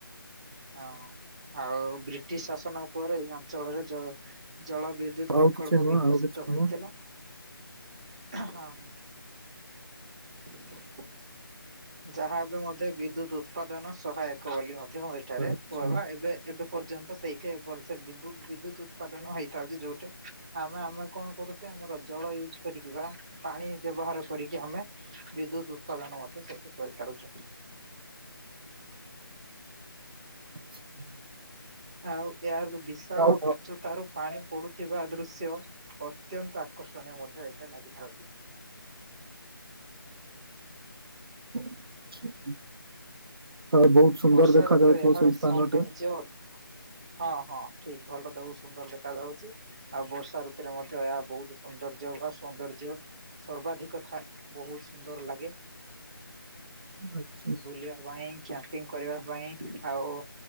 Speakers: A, on the right (about 15°); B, on the right (about 75°).
A: ହଁ ଆଉ ବ୍ରିଟିଶ୍ ଶାସନ ଉପରେ ଏଇ ଅଞ୍ଚଳରେ ଜ ଜଳ ବି ବିଦ୍ୟୁତ
B: ଆଉ
A: ପ୍ରକଳ୍ପ
B: କିଛି ନୁହଁ
A: ବିକଶିତ
B: ଆଉ କିଛି
A: ହୋଇଥିଲା।
B: ନୁହଁ
A: ହ ହ <inaudible> ଯାହା ଏବେ ମଧ୍ୟ ବିଦ୍ୟୁତ୍ ଉତ୍ପାଦନ ସହାୟକ ବୋଲି ମଧ୍ୟ ଏଠାରେ,
B: ଆଚ୍ଛା
A: କୁହ ଏବେ ଏବେ ପର୍ଯ୍ୟନ୍ତ ସେଇଠି ଭଲସେ, ବିଦ୍ୟୁ-ବିଦ୍ୟୁତ୍ ଉତ୍ପାଦନ ହେଇ ପାରୁଛି, ଯୋଉଠି ଆମେ ଆମେ କଣ କରୁ ଆମର ଜଳ ୟୁଜ୍ କରିକିିବା ପାଣି ବ୍ୟବହାର କରିକି ଆମେ, ବିଦ୍ୟୁତ୍ ଉତ୍ପାଦନ ମଧ୍ୟ ସେଇଠି କରି ଛାରୁଛୁ।
B: <inaudible>
A: ଆଉ ଏହାର ଯୋଉ ବିଶାଳ
B: ଆଉ ଆଉ
A: ଉଚ୍ଚ ତାର ପାଣି ପଡୁଥିବା ଦୃଶ୍ୟ, ଅତ୍ୟନ୍ତ ଆକର୍ଷଣୀୟ ମଧ୍ୟ ଏଠା ଲାଗିଥାଉଛି।
B: <inaudible> ବହୁତ ସୁନ୍ଦର
A: ବର୍ଷା
B: ଦେଖା
A: ଋତୁରେ
B: ଯାଉଥିବ
A: ଏହାର
B: ସେଇ
A: ସୌନ୍ଦର୍ଯ୍ୟ
B: ସ୍ଥାନଟି
A: ହଁ ହଁ ଠିକ ଭଲ ଦଉ ସୁନ୍ଦର ଦେଖା ଯାଉଛି। ଆଉ ବର୍ଷା ଋତୁରେ ମଧ୍ୟ ଏହା ବହୁତ ସୌନ୍ଦର୍ଯ୍ୟ ବା ସୌନ୍ଦର୍ଯ୍ୟ ସର୍ବାଧିକ କଥା ବହୁତ ସୁନ୍ଦର ଲାଗେ।
B: <inaudible>
A: ବୁଲିବା ପାଇଁ କ୍ୟାମ୍ପିଙ୍ଗ କରିବା ପାଇଁ ଆଉ